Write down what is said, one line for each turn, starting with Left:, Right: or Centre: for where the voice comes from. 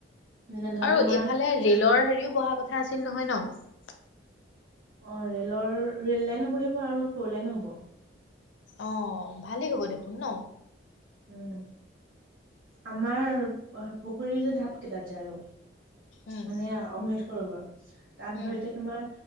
Right: যেনে ধৰা
Left: আৰু
Right: তোমাৰ
Left: এইফালে ৰেলৰ হেৰিও বহা কথা আছিল নহয় ন।
Right: অ ৰেলৰ ৰে'ল লাইনো বহিব আৰু ফ'ৰ লাইনো হ'ব।
Left: অ', ভালেই হ'ব দেখোন ন?
Right: উম। আমাৰ <unintelligible> পুখুৰীৰ যে ঢাপ কেইটাত যে আৰু
Left: উম
Right: মানে অমৃত সৰোবৰ। তাত
Left: উম
Right: ধৰি এতিয়া তোমাৰ